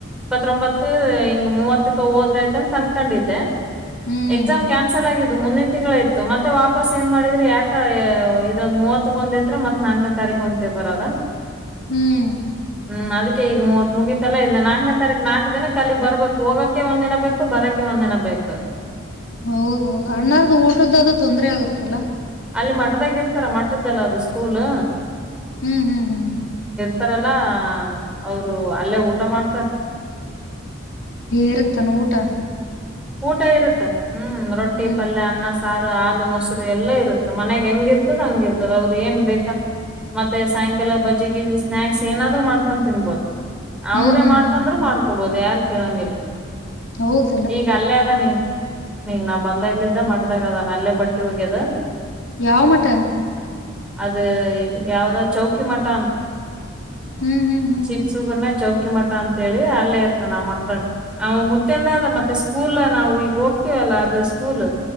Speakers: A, in the centre; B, on the left.
A: ಒಬಂತು ಮೂವತಕ್ಕೆ ಹೋಗಬೇಕು ಅಂಥ ಅನ್ಕೊಂಡಿದ್ದೆ
B: ಹ್ಮ್
A: ಎಕ್ಸಾಮ್ ಕ್ಯಾನ್ಸಲ್ ಆಗಿದೆ. ಮುಂದಿನ್ ತಿಂಗಳ ಇತ್ತು ಮತ್ತೆ ವ. ಯಾಕ ಎ ಇದೊಂದು ಮೂವತ್ತಕ್ಕ ಒಂದ್ ಇಟ್ರೆ ಮತ್ ನಕ್ನೆ ತಾರೀಕು ಒಂದ್ ಪೆಪ್ಪರ್ ಅದ.
B: ಹ್ಮ್ಮ್
A: ಹ್ಮ್ಮ್ ಅದಿಕ್ಕೆ ಈಗ್ ಮೂವತ್ತು ಮುಗಿತಲ್ಲ ಇನ್ನ ನಕ್ನೆ ತಾರಿಕ್ ನಾಕ್ ದಿನುಕ್ ಅಲ್ಲಿಗೆ ಬರ್ಬೇಕು ಹೋಗಕ್ಕೆ ಒಂದು ದಿನ ಬೇಕು ಬರಕ್ಕೆ ಒಂದ್ ದಿನ ಬೇಕ್.
B: ಹೌದು ಹೌದು ಅಣ್ಣಾರದ್ದು ಊಟು ಅದ್ದು ತೊಂದ್ರೆ ಆಗುತಲ್ಲ.
A: ಅಲ್ ಮಠದಾಗೆ ಇರ್ತಾರೆ ಮಟ್ಟದಲ್ಲಾ ಅದ್ ಸ್ಕೂಲ್.
B: ಹ್ಮ್ಮ್ ಹ್ಮ್ಮ್ ಹ್ಮ್ಮ್.
A: ತರಲ್ಲ ಅವ್ರು ಅಲ್ಲಿ ಊಟ ಮಾಡ್ತಾರೆ.
B: ಇರುತ್ತೇನೆ ಊಟ
A: ಊಟ ಇರುತ್ತೆ. ಹ್ಮ್ಮ್ ರೊಟ್ಟಿ
B: ಹ್ಮ್
A: ಪಲ್ಯ ಅನ್ನ ಸ್. ಸಾರು ಹಾಲು ಮೊಸರು ಎಲ್ಲ ಇರುತ್ತೇ ಮನೆಗೆ ಯಂಗ್ ಇರುತ್ತೇ ಅಂಗೇ ಇರ್ತದ ಅವ್ರ್ ಏನ್ ಬೇಕಾ. ಮತ್ತೆ ಸಾಯಂಕಾಲ ಬಜ್ಜಿ ಸ್ನೆಕ್ಸ್ ಏನ್ ಆದ್ರು ಮಾಡ್ಕೊಂಡ್ ತಿಂಬಾವಿದ್ದು.
B: ಹ್ಮ್
A: ಅವ್ರೆ
B: ಹ್ಮ್
A: ಮಾಡ್ಕೊಂಡ್ರು
B: ಹ್ಮ್
A: ಮಾಡ್ಕೋಬಹುದು. ಯಾರ್ ಕೇಳಂಗಿಲ್ಲ.
B: ಹೌದ್.
A: ಇವಾಗ ಅಲ್ಲೇ ಇದ್ದರೆ ನಾನು ಬಂದಾಗಿಂದ ಮಠದಲ್ಲಿ ಇದ್ದಾನೆ
B: ಯಾವ ಮಠ.
A: ಅದು ಯಾವ್ದೋ ಚೌಕಿ ಮಠ
B: ಹ್ಮ್ ಹ್ಮ್ ಹ್ಮ್
A: ಚಿಪ್ಸ್ ಬನ್ನು ಕೆ ಮಠ ಅಂತೇಳಿ ಅಲ್ಲೇ ಇರ್ತಾನ ಮಠದಾಗ ಅವ್ ಮುತ್ಯಂದ ಆದ <unintelligible> ಸ್ಕೂಲನ ನಾವು ಈಗ ಹೋಗ್ತೀವಲ್ಲ ಅದು ಸ್ಕೂಲ್